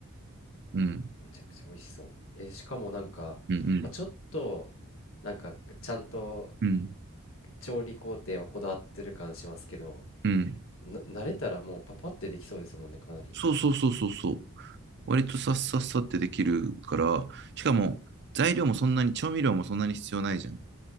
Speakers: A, on the right; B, on the left.
A: うん。
B: めちゃくちゃ美味しそう。え、しかもなんか、
A: うん、うん、
B: まあ、ちょっと、なんか、ちゃんと、
A: うん、
B: 調理工程はこだわってる感しますけど、
A: うん。
B: な、慣れたらもうパパってできそうですもんね、かなり。
A: そうそうそうそうそう。割とさっさっさってできるから、しかも材料もそんなに、調味料もそんなに必要ないじゃん。だ